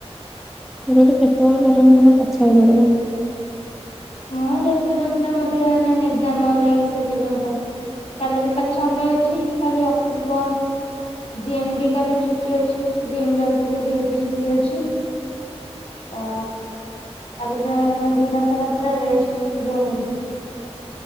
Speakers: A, in the centre; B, on the left (about 55°).
A: ମୁଁ କହିଲି କେତେବେଳ ପର୍ଯ୍ୟନ୍ତ ତମେ କଥା ହେଇପାରିବ?
B: ମୁଁ ଯେ ପର୍ୟ୍ୟନ୍ତ ମତେ ଏଇନେ ନିଦ ନ ଲାଗିଚି ସେ ପର୍ୟ୍ୟନ୍ତ। କାଲି ବି କାଲି ସଣ୍ଡେ ଅଛି କାଲି ଅଫିସ ବନ୍ଦ। ଜିମ୍ ବି କାଲି ଛୁଟି ଅଛି ଜିମ୍ ଯାଉଥିଲି ଜିମ୍ ବି ଛୁଟି ଅଛି। ତ କାଲି ପୁରା <unintelligible> ଦିନ ସାରା ପୁରା ରେଷ୍ଟ ରୁମ୍ ରେ।